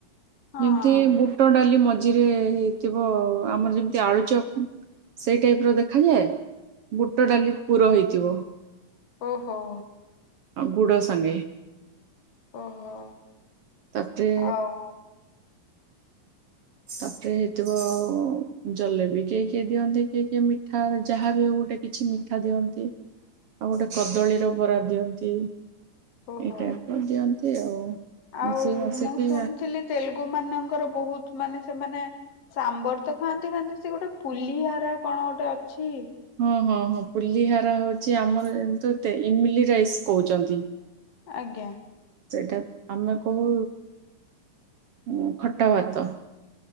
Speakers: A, on the left; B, on the right.
A: ହଁ
B: ଯେମିତି ବୁଟ ଡାଲି ମ ମଝିରେ ହେଇଥିବ ଆମର ଯେମିତି ଆଳୁଚପ୍ ସେଇ ଟାଇପର ଦେଖାଯାଏ। ବୁଟ ଡାଲି ପୁର ହେଇଥିବ।
A: ଓହୋଃ।
B: ଆଉ ଗୁଡ଼ ସାଙ୍ଗେ।
A: ଓହୋ
B: ତାପରେ
A: ଆଉ
B: ତାପରେ ହେଇଥିବ, ଜଲେବି କିଏ କିଏ ଦିଅନ୍ତି କିଏ କିଏ ମିଠା ଯାହା ବି ହଉ ଗୋଟେ କିଛି ମିଠା ଦିଅନ୍ତି ଆଉ ଗୋଟେ କଦଳୀର ବରା ଦିଅନ୍ତି। ଏଇ
A: ଓହୋ
B: ଟାଇପର ଦିଅନ୍ତି। <inaudible>
A: ଆଉ
B: ମିଶେଇ ମାଶେଇକି
A: ମୁଁ ଶୁଣିଥିଲି ତେଲୁଗୁମାନଙ୍କର ବହୁତ ମାନେ ସେମାନେ ସାମ୍ବର ତ ଖାଆନ୍ତି ଖାଆନ୍ତି, ସେ ଗୋଟେ ପୁଲି ହାରା କଣ ଗୋଟେ ଅଛି?
B: ହଁ ହଁ ହଁ, ପୁଲି ହାରା ହଉଛି ଆମର ଯେମିତି ଇମଲି ରାଇସ୍ କହୁଛନ୍ତି।
A: ଆଜ୍ଞା।
B: ସେଇଟା ଆମେ କହୁ ଉଁ ଖଟା ଭାତ।